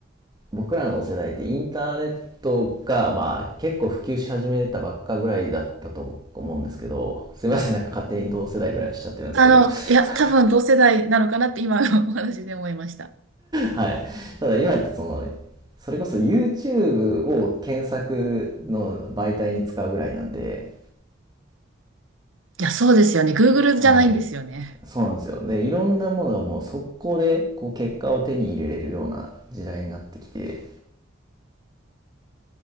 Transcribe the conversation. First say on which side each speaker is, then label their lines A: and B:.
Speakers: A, on the right; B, on the right.
A: 僕らの世代ってインターネットが、まあ、結構普及し始めたばっかぐらいだったと思うんですけど、すいません、なんか勝手に同世代ぐらいにしちゃってるんですけど
B: あの、
A: <laughs>、
B: いや、多分同世代なのかなって今のお話で思いました。
A: はい。ただ今ってその、それこそ YouTube を検索の媒体に使うぐらいなんで、
B: いや、そうですよね。Google
A: はい。
B: じゃないんですよね。
A: そうなんですよ。で、いろんなものがもう速攻でこう結果を手に入れれるような時代になってきて、